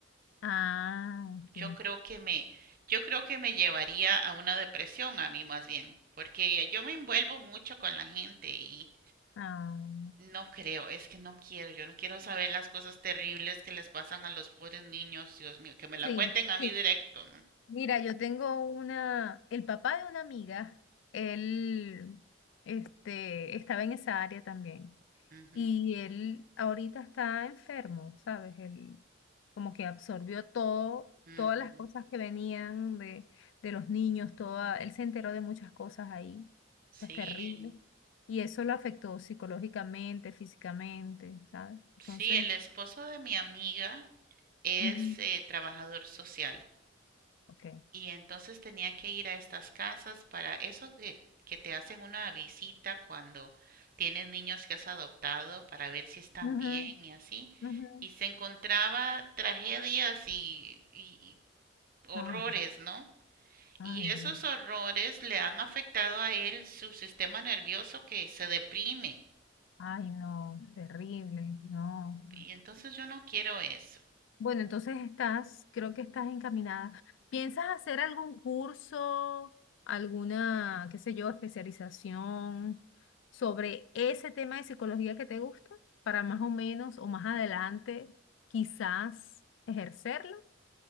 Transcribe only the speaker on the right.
Yo creo que me, yo creo que me llevaría a una depresión a mí más bien, porque yo me envuelvo mucho con la gente y
no creo, es que no quiero, yo no quiero saber las cosas terribles que les pasan a los pobres niños, Dios mío, que me la
cuenten a
mí directo, ¿no?
Ujú,
ujú.
Sí,
sí, el esposo de mi amiga es
eh, trabajador social.
Y entonces tenía que ir a estas casas para eso que, que te hacen una visita cuando tienes niños que has adoptado para ver si están
bien y así.
Y se encontraba tragedias y, y y horrores,
¿no?
Y esos
horrores le han afectado a él su sistema nervioso que se deprime.
Y entonces yo no quiero eso.